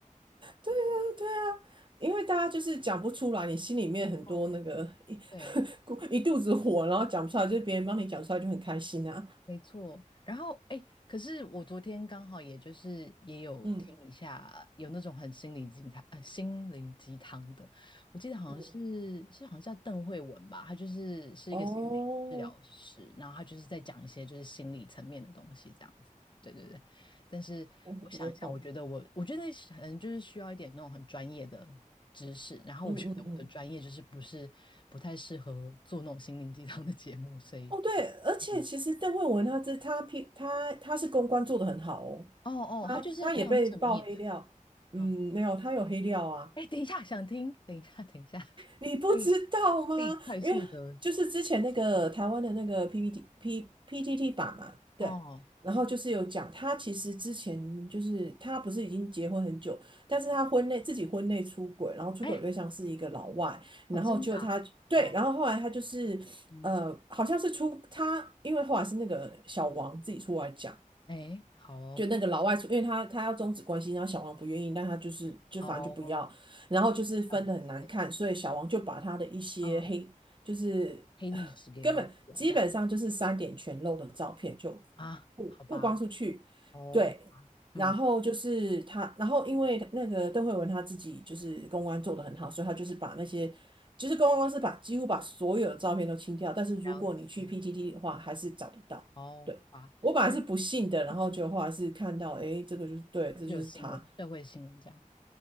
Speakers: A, on the right; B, on the left.
A: 对啊，对啊，因为大家就是讲不出来，你心里面很多那个一
B: 哦，对，
A: <laughs> 咕一肚子火，然后讲不出来，就是别人帮你讲出来就很开心啊。
B: 没错，然后哎，诶可是我昨天刚好也就是也有听一下，
A: 嗯
B: 有那种很心灵鸡汤，呃，心灵鸡汤的，我记得好像是是好像叫邓慧文吧，
A: 嗯，
B: 她就是是一个心理治疗师，
A: 哦，
B: 然后她就是在讲一些就是心理层面的东西这样子，对对对。但是我想一想，
A: 我我懂，
B: 我觉得我我觉得可能就是需要一点那种很专业的知识，然后我觉得我的专业就是不是不太适合做那种心灵鸡汤的节目，
A: 嗯嗯嗯，
B: 所以对
A: 哦对，而且其实邓慧文他这他批他她是公关做的很好哦，
B: 嗯哦哦，
A: 他他也被爆黑料，
B: 他就是非常正面。
A: 嗯，
B: 嗯，
A: 没有，他有黑料啊。
B: 哎，等一下，想听，等一下，等一下，
A: 你不知道吗？
B: 可以可以快速的，
A: 因为就是之前那个台湾的那个
B: 嗯，
A: PPT P PTT 版嘛，对，
B: 哦，
A: 然后就是有讲他其实之前就是他不是已经结婚很久，但是他婚内自己婚内出轨，然后出轨对象是一个老外，
B: 哎，
A: 然后就他对，
B: 哦，真的啊哦，
A: 然后后来他就是呃，
B: 嗯，
A: 好像是出他，因为后来是那个小王自己出来讲，
B: 哎，好哦，
A: 就那个老外出，因为他他要终止关系，然后小王不愿意，但他就是就反正就不要，
B: 哦，
A: 然后就是分的很难看，
B: 了解，
A: 所以小王就把他的一些黑，
B: 嗯，
A: 就是
B: 黑历史给挖出来这样
A: 根本基本上就是三点全露的照片就
B: 啊，
A: 曝曝光出去，
B: 好吧，哦，
A: 对，然后就是他，
B: 嗯，
A: 然后因为那个邓慧文他自己就是公关做的很好，所以他就是把那些。就是公关公司把几乎把所有的照片都清掉，但是如果你去
B: 了解，
A: PTT 的话，还是找得到。
B: 哦，
A: 对。
B: 好吧，
A: 我本来是不信的，然后就后来是看到，
B: 嗯，
A: 哎，这个就是对，这就是他。
B: 就有新闻，社会新闻这样，